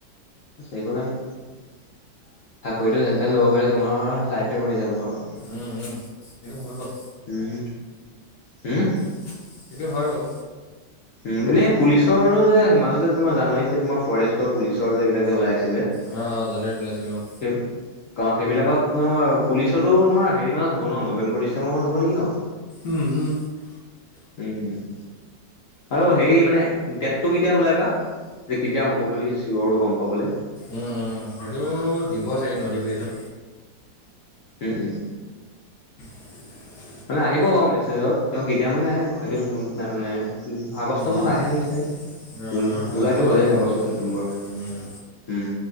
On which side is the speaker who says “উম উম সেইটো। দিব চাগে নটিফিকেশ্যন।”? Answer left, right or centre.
Left